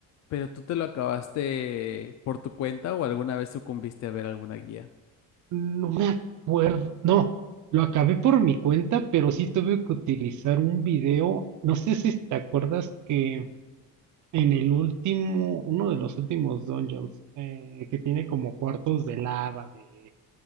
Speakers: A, on the left; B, on the right.
A: pero ¿tú te lo acabaste por tu cuenta o alguna vez sucumbiste a ver alguna guía?
B: No me acuerdo. No, lo acabé por mi cuenta, pero sí tuve que utilizar un video. No sé si te acuerdas que en el último, uno de los últimos dungeons, eh, que tiene como cuartos de lava, de,